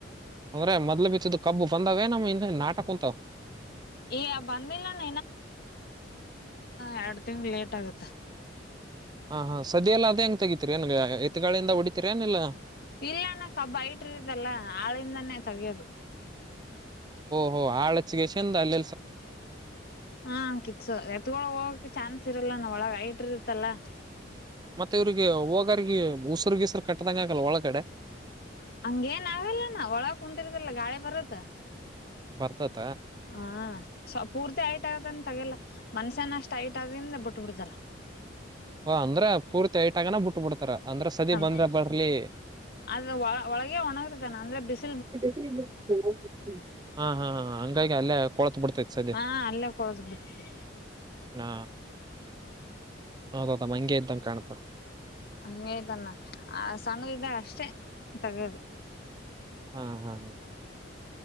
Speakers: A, on the right (about 20°); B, on the left (about 55°).
A: ಅಂದ್ರೆ ಮೊದ್ಲು ಬಿತ್ತಿದ್ದ ಕಬ್ಬು ಬಂದಾವೇ ನಮ್ ಇ ನಾಟಕ ಕುಂತಾವ
B: ಈ ಬಂದಿಲ್ಲಣ್ಣ ಎರಡು ತಿಂಗ ಲೇಟ್ ಆಗುತ್ತ
A: ಹಾ ಹಾ ಸದ್ಯ ಎಲ್ಲ ಅದೇ ಹೆಂಗ್ ತೆಗತಿರಿ ನನ್ಗ ಎತ್ಗಾಳಿಂದ ಹೊಡಿತತಿರಿ ಏನ್ಿಲ್ಲಾ
B: ಇಲ್ಲಣ್ಣ ಕಬ್ಬ ಐಟರತಲ್ಲ ಆಳಿಂದಾನೇ ತಗಿಯೋದು
A: ಹಓ ಆಳಚಗೆ ಚೆಂದ ಅಲ್ಲ
B: ಹಾ ಕಿತ್ಸ ಎತ್ಗೊಳ ಹೋಗಕ್ಕೆ ಚಾನ್ಸ್ ಇರಲ್ಲ ನಾ ಒಳಗ ಆಯ್ತ ಬಿಟ್ಟಿರುತ್ತಲ್ಲ
A: ಮತ್ತೆ ಇವ್ರಿಗೆ ಹೋಗರ್ಗ ಉಸರುಗೀಸರು ಕಟ್ಟ್ದಂಗ ಆಗಲ್ ಒಳಗಡೆ
B: ಹಂಗೇನ್ ಆಗಲ್ಲಣ್ಣ ಒಳ ಕುಂತಿರ್ತಲ್ಲ ಗಾಳಿ ಬರತ್ತ
A: ಬರ್ತದ
B: ಹಾ ಸ್ ಪೂರ್ತಿ ಆಐಟ್ ಆಗದನ್ ತಗಲ್ಲ ಮನುಷ್ಯಾನಷ್ಟ ಐಟ್ ಆಗಿಂದ ಬಿಟ್ ಬಿಡ್ತಾರ
A: ಹ ಅಂದ್ರ ಪೂರ್ತಿ ಐಟ್ ಆಗನ ಬಿಟ್ಟ ಬಿಡ್ತಾರ ಅಂದ್ರ ಸದಿ ಬಂದ್ರ
B: ಹ
A: ಬರ್ಲಿ
B: ಅದ ಒಳಗೆ ಒಣಗುತ್ತ ಅಣ್ಣಾ ಅಂದ್ರೆ ಬಿಸ
A: <unintelligible> ಹಾ ಹಾ ಗೆ ಅಲ್ಲೇ ಕೊಳತ್ ಬಿಡ್ತೈತಿ ಸದಿ
B: ಹಾ ಅಲ್ಲೇ ಕೊಳದ್ ಬಿಡ್ತತಿ
A: ಹಾ ಹೌದದ ಮಂಗೆ ಇದ್ದಂಗ ಕಾಣ್ತವ
B: ಹಂಗಯ್ತ್ಣ ಆ ಸಣ್ಣ ಇದಾಗ ಅಷ್ಟೇ ತಗೋದು
A: ಹ್ಮ ಹಾ ಹಾ